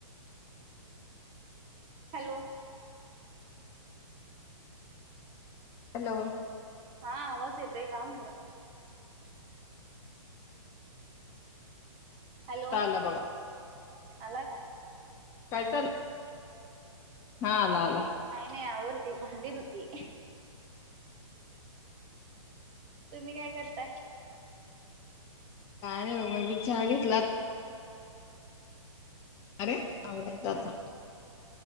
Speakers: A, on the right (about 25°); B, on the left (about 15°).
A: हॅलो
B: हॅलो
A: हा आवाज येतोय का म्हणलं हॅलो
B: आला बघा
A: आला काय
B: काय चाल हा आला आला
A: आवरती भांडी धुतीये तुम्ही काय करताय
B: नाही चहा घेतला अरे आवरायचं
A: हम्म
B: आता